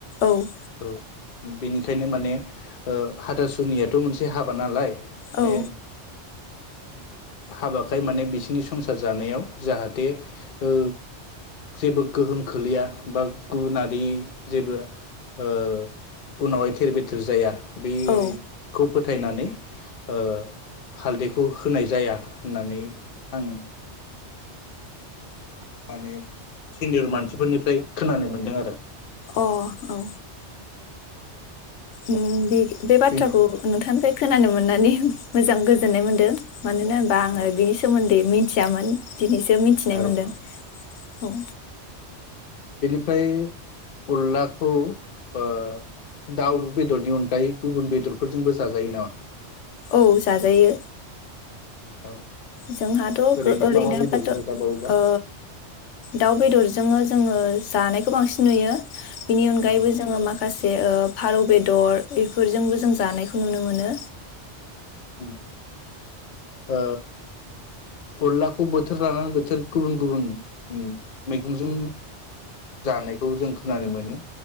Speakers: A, on the left; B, on the left.
A: औ
B: ओम बेनिखायनो माने ओ हाथासुनियाथ' मोनसे हाबा नालाय
A: औ
B: नेम हाबाखाय माने बिसिनि संसार जानायाव जाहाथे ओ जेबो गोहोम खोलैया बा गुबुनारि जेबो ओ उनावहाय थेर बेथेर जाया बे
A: औ
B: खुब फोथायनानै ओ हालदैखौ होनाय जाया होननानै आं माने सिनियर मानसिफोरनिफ्राय खोनानो मोनदों आरो।
A: अ औ अम बे-बे बाथ्राखौ
B: बे
A: नोंथांनिफ्राय खोनानो मोननानै मोजां गोजोननाय मोन्दों। मानोना होनबा आंङो
B: औ
A: बिनि सोमोन्दै मि थियामोन दिनैसो मिथिनाय
B: औ
A: मोनदों औ
B: बेनिफ्राय अनलाखौ ओ दाउ बेदरनि अनगायै गुबुन बेदरफोरजोंबो जाजायो नामा।
A: औ जाजायो।
B: औ
A: जोंहाथ
B: ओरैनो
A: गो ओरैनोबाथ
B: मा मा बेदरजों जाजाबावोबा
A: ओ दाउ बेदरजोंनो जोंङो जानायखौ बांसिन नुयो। बिनि अनगायैबो
B: औ
A: जोंङो माखासे ओ फारौ बेदर बेफोरजोंबो जों जानायखौ नुनो मोनो।
B: उम ओ अनलाखौ बोथोर लानानै बोथोर गुबुन-गुबुन मैगंजों जानायखौ जों खोनानो मोनो।